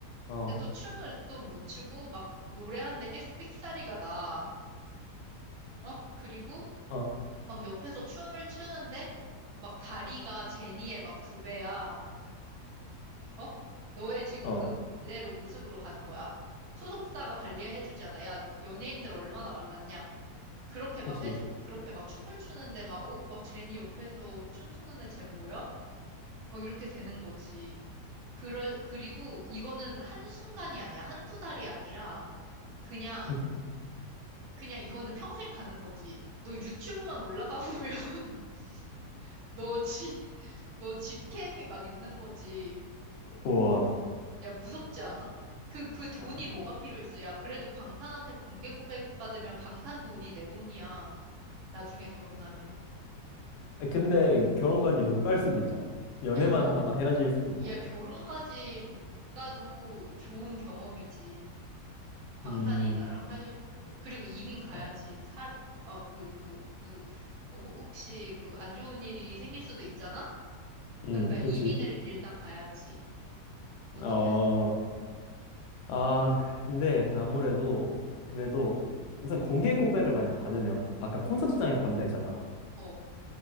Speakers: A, on the left (about 80°); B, on the right (about 60°).
A: 어.
B: 근데 또 춤을 또 못 추고 막 노래하는데 계속 삑사리가 나. 어? 그리고
A: 어.
B: 막 옆에서 춤을 추는데 막 다리가 제니의 막 두 배야. 어? 너의 지금
A: 어.
B: 그대로 모습으로 가는 거야. 소속사가 관리해주잖아. 야, 연예인들 얼마나 말랐냐. 그렇게 막
A: 그치.
B: 해주, 그렇게 막 춤을 추는데 막, 어, 와, 제니 옆에서 춤추는 애 쟤 뭐야? 뭐 이렇게 되는 거지. 그러, 그리고 이거는 한순간이 아니야. 한두 달이 아니라 그냥,
A: <laughs>
B: 그냥 이거는 평생 가는 거지. 너 유튜브만 올라가 보면 <laughs> 너 지, 너 직캠이 막 있는 거지.
A: 우와.
B: 야, 무섭지 않아? 그, 그 돈이
A: 어.
B: 뭐가 필요 있어? 야, 그래도 방탄한테 공개 고백 받으면 방탄 돈이 내 돈이야. 나중에 결혼하면.
A: 아, 근데 결혼까지 못 갈 수도 있잖아. 연애만
B: 야, 겨,
A: 하다가 헤어질 수도 있고.
B: 야, 결혼까지 못 가도 좋은 경험이지. 방탄이
A: 음,
B: 나랑 사귀어주는데. 그리고 이민 가야지.
A: 어,
B: 사, 어, 그, 그, 누, 어, 혹- 혹시 그 안 좋은 일이 생길 수도 있잖아? 그러니까
A: 음,
B: 이민을
A: 그렇지.
B: 일단 가야지. 어떻게
A: 어,
B: 생각해?
A: 아, 근데 아무래도 그래도 그래서 공개 고백을 만약 받으면 아까 콘서트장에서 받는다 했잖아.
B: 어.